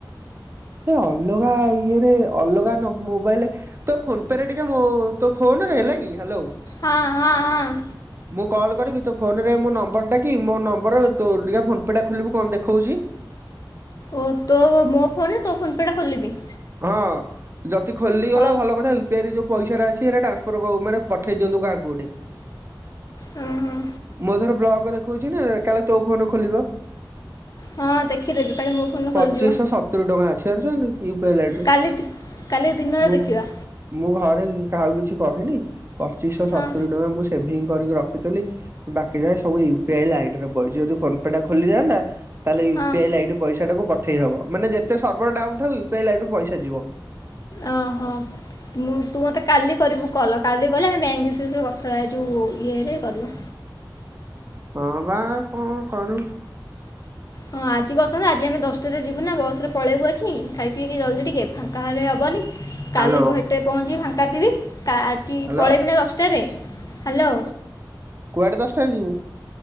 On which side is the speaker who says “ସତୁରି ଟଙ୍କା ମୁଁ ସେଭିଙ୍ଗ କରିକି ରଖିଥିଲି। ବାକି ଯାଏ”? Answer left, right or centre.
Right